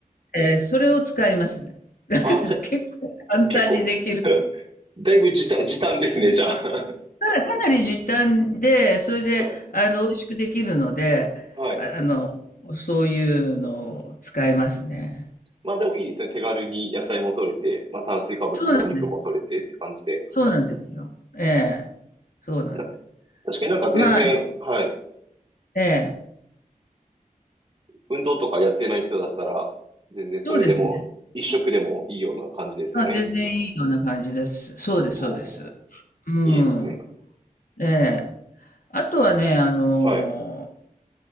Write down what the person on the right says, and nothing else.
ああ、じゃ、結構、<laughs> だいぶ時短、時短ですね、じゃあ。
<laughs> はい。
はい。
まあでもいいですね。手軽に野菜も取れて、まあ炭水化物もお肉も取れてって感じで。
な、確かになんか全然、
はい。
運動とかやってない人だったら、全然それでも、
一食でもいいような感じですよね。
おー、
いいですね。
はい。